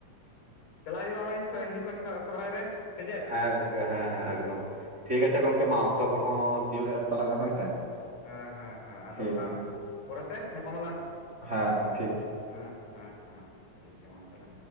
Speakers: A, on the left; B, on the right.
A: ᱪᱟᱞᱟᱜ ᱦ ᱦᱩᱭᱩᱜᱩᱜᱼᱟ ᱱᱚᱜᱚᱭ ᱦᱤᱡᱩᱜ ᱠᱟᱱ ᱥᱚᱨᱦᱟᱭ ᱨᱮ ᱥᱮ ᱪᱮᱫ
B: ᱦᱮᱸ ᱜᱚᱢᱠᱮ ᱦᱮᱸ ᱦᱮᱸ ᱮᱠᱫᱚᱢ ᱴᱷᱤᱠ
A: ᱟᱪᱪᱷᱟ
B: ᱟᱪᱷᱮ
A: ᱟᱪᱪᱷᱟ
B: ᱜᱚᱢᱠᱮ ᱢᱟ ᱚᱠᱛᱚ ᱠᱚᱦᱚᱸ ᱛᱤᱭᱳᱜ ᱮᱱ ᱛᱟᱞᱟᱝᱟ ᱦᱳᱭ ᱥᱮ᱾
A: ᱦᱮᱸ ᱦᱮᱸ ᱦᱮᱸ ᱟᱫᱚ
B: ᱴᱷᱤᱠ
A: ᱚᱱᱟ
B: ᱟᱪᱷᱮ ᱢᱟ,
A: ᱯᱚᱨᱮᱛᱮ ᱧᱟᱯᱟᱢ ᱟᱞᱟᱝ
B: ᱦᱮᱸ ᱦᱮᱸ ᱴᱷᱤᱠ ᱟᱪᱷᱮ
A: ᱦᱮᱸ ᱦᱮᱸ ᱦᱮᱸ ᱴᱷᱤᱠ ᱜᱮᱭᱟ ᱢᱟ ᱛᱟᱦᱚᱞᱮ